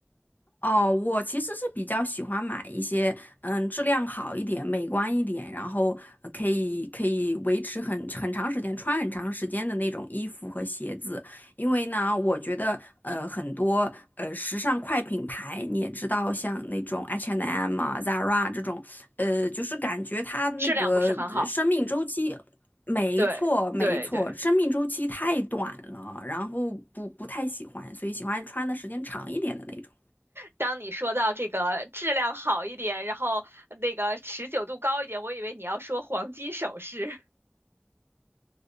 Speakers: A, on the left; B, on the right.
A: 哦，我其实是比较喜欢买一些，嗯，质量好一点、美观一点，然后呃可以可以维持很很长时间、穿很长时间的那种衣服和鞋子。因为呢，我觉得呃很多呃时尚快品牌，你也知道，像那种 H&M 啊、Zara 这种，呃，就是感觉它那个呃生命周期。
B: 质量不是很好。
A: 没错，
B: 对对对，
A: 没错，生命周期太短了，然后不不太喜欢，所以喜欢穿的时间长一点的那种。
B: 当你说到这个质量好一点，然后那个持久度高一点，我以为你要说黄金首饰。<laughs>